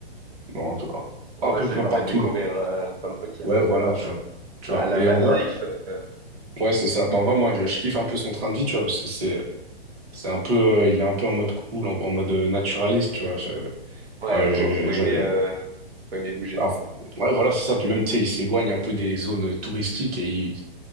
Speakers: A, on the right (about 35°); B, on the right (about 80°).
A: dans un peu,
B: Ouais,
A: un peu
B: ça
A: pa-
B: lui permet
A: partout.
B: de découvrir,
A: dans-
B: euh, pas m- ok,
A: Ouais, voilà,
B: ouais.
A: tu vois. Tu
B: La,
A: vois.
B: la
A: Et
B: van
A: en vrai,
B: life, euh,
A: ouais, c'est ça. Bah, en vrai, moi, je, je kiffe un peu son train de vie, tu vois, parce que c'est, c'est un peu, euh, il est un peu en mode cool, en, en mode euh, naturaliste, tu vois. Je-
B: ouais,
A: ouais,
B: faut,
A: je- je-
B: faut
A: je-
B: aimer, euh, faut aimer bouger,
A: bah, enfin,
B: ouais.
A: ouais, voilà, c'est ça. Puis même, tu sais, il s'éloigne un peu des zones euh, touristiques et il,